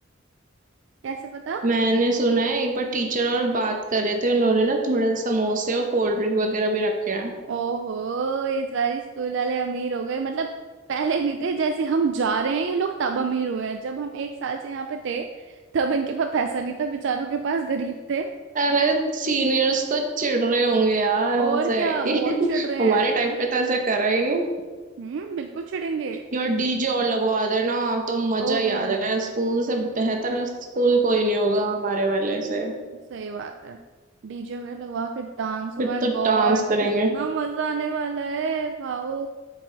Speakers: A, on the right; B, on the right.
A: कैसे पता
B: मैंने सुना है एक बार टीचर और बात कर रहे थे उन्होंने ना थोड़े समोसे और कोल्ड ड्रिंक वगैरह भी रखे हैं
A: ओहो इस बार स्कूल वाले अमीर हो गए मतलब पहले नहीं थे जैसे हम जा रहे हैं ये लोग तब अमीर हुए हैं जब हम एक साल से यहाँ पे थे तब इनके पास पैसा नहीं था बेचारों के पास गरीब थे
B: अरे सीनियर्स तो चिढ़ रहे होंगे यार
A: और
B: हमसे
A: क्या
B: कि
A: बहुत चिढ़
B: <laughs>
A: रहे
B: हमारे
A: हैं
B: टाइम पे तो ऐसा करा ही नहीं
A: हम्म बिल्कुल चिढ़ेंगे
B: यार डीजे और लगवा देना तो मजा
A: ओहो
B: ही आ
A: हो
B: जाएगा
A: हो
B: स्कूल से बेहतर स्कूल कोई नहीं होगा हमारे वाले से
A: सही बात है डीजे वगैरह लगवा के डांस ओ
B: फिर
A: माय
B: तो
A: गॉड
B: डांस करेंगे
A: कितना मजा आने वाला है वाओ